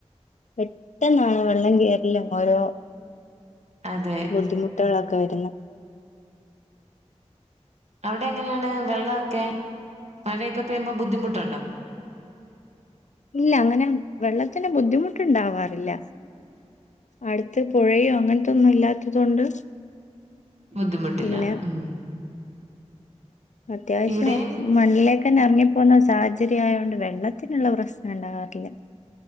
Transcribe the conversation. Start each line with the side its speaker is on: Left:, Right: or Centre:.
Left: പെട്ടെന്നാണ് വെള്ളം കേറലും ഓരോ
Right: അതെ
Left: ബുദ്ധിമുട്ടാ ക്കെ വരുന്നേ
Right: അവിടെ എങ്ങനെയാണ് വെള്ളൊക്കെ മഴയൊക്കെ പെയ്യുമ്പോ ബുദ്ധിമുട്ടു
Left: ഇല്ല അങ്ങനെ വെള്ളത്തിന് ബുദ്ധിമുട്ടുണ്ടാവാറില്ല അടുത്ത് പുഴയോ അങ്ങനത്തൊന്നും ഇല്ലാത്തത് കൊണ്ട്
Right: ബുദ്ധിമുട്ടില്ല
Left: പിന്നെ
Right: ഉം
Left: അത്യാവശ്യം
Right: ഇവിടെയും
Left: മണ്ണിലേക്കെ തന്നെ ഇറങ്ങിപ്പോകുന്ന സാഹചര്യം ആയതോണ്ട് വെള്ളത്തിനുള്ള പ്രശ്നം ഉണ്ടാവാറില്ല